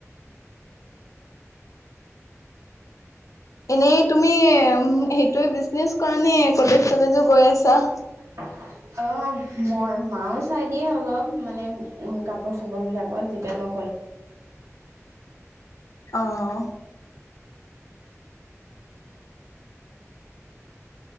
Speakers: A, on the left; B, on the right.
A: এনেই তুমি সেইটোৱে বিজনেচ কৰা নে, কলেজ-চলেজো গৈ আছা
B: <unintelligible> অহ, মই মাও চাই দিয়ে অলপ মানে উম, কাপোৰ-চাপোৰবিলাকত যেতিয়া মই কলেজ
A: অহ।